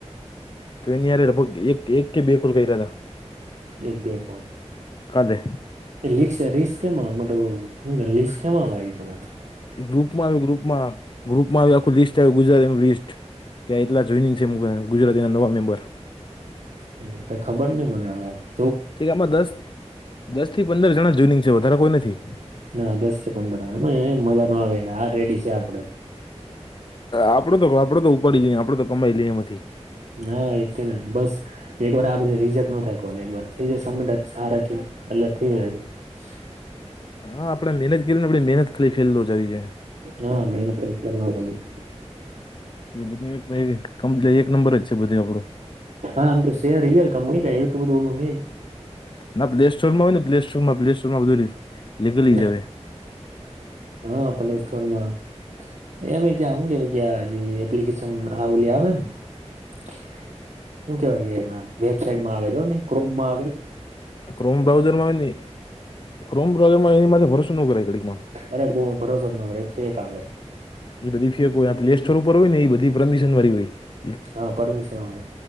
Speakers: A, on the left; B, on the right.
A: તો એ ની લગભગ એક કે બે કોલ કહી રહીયા હતા.
B: એક બે કોલ- -
A: કદહે- -
B: એ લી રીસ કેમાં મ શ લીસ કેમાં આવે તમારે- -
A: એ ગ્રુપમાં આવે ગ્રુપમાં- - ગ્રુપમાં આખું લિસ્ટ આવ ગુજરાત એમ લિસ્ટ કે એટલા જોઈનિંગ છે ગુજરાત એના નવા મેમ્બર- -
B: એ કઈ ખબર નહી મને હવે- -
A: આમાં દસ દસ થી પંદર જણા જુનિંગ છે વધારે કોઈ નથી.
B: ના દસ પંદરમાં મજા ના આવે આ રેડી છે આપડે- -
A: આપડે તો આપડે તો ઉપાડી લઈએ આપડે તો કમાઈ લઈએમાંથી- -
B: ના એતે ના બસ- - એક વાર આને રીઝક ન થાય કો એકર થઈ જ સ સાર એટ થઈ- -
A: હા આપણેે મહેનત કરીએ ને આપે મહેનત ખાલી ફેલ જઈ છે.
B: હા મેૈનત વિત્યારે નો- -
A: એ બધું એક એક નંબર જ છે બધું આપડો- -
B: હા આમ તો શેર રયલ કમ ક એવું બધું ઓલું નહી- -
A: ના પ્લે સ્ટોર માં હોય ને પ્લે સ્ટોરમાં પ્લે સ્ટોર માં બધું લીકડી
B: નઈ.
A: લઈ જવે- -
B: હા પલેેશ થડમા- - એમે ત્યાં આવું કે ગ એપ્લિકેશન આવલી આવે ને- - શું કેવાય કે વેબસાાઈટમાં આવેલોને ક્રોમમાં આવે- -
A: ક્રોમ બ્રાઉઝર માંથી ક્રોમ બ્રાઉઝર માં એની ભરોસો ન ગણીડીકમાં- -
B: અરે બહ ભરોસો જ નગર ફેક આવે- -
A: એ બધી ફેર હોય આ પ્લે સ્ટોર ઉપર હોય ને એ બધી પરમિશન વાળી હોય- -
B: હા પરમિશન હોય- -